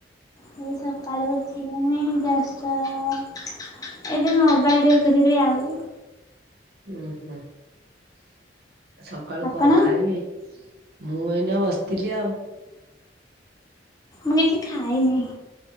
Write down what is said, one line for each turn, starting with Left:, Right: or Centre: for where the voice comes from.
Left: ଏହି ସକାଳୁ ଉଠିକିଣି ବ୍ୟସ୍ତ ଏଠି ମୋବାଇଲ ଦେଖୁଥିଲି ଆଉ।
Right: ଉୁଁ ହୁଁ ସକାଳୁ
Left: ଆପଣ?
Right: କଣ ଖାଇବେ? ମୁଁ ଏଇନା ବସିଥିଲି ଆଉ।
Left: ମୁଁ କିଛିି ଖାାଇନି।